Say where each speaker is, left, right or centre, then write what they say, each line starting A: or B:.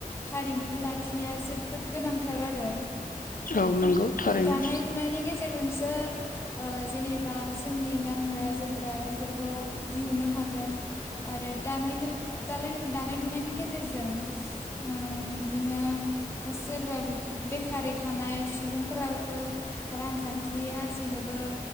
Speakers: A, on the left (about 15°); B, on the left (about 75°).
A: हारिमुखौ लाखिनाया जोबोद गोनांथार आरो
B: औ नंगौ थारैनो
A: दानाय लुनायनि गेजेरजोंसो ओ जेनेबा जोंनि गानग्रा जोमग्रा बेफोरखौ दिहुननो हागोन आरो दानाय दानाय लुनायनि गेजेरजों ओ बिदिनो सोरबा बेखारै थानाय सुबुंफ्राबो रांखान्थि आरजिनोबो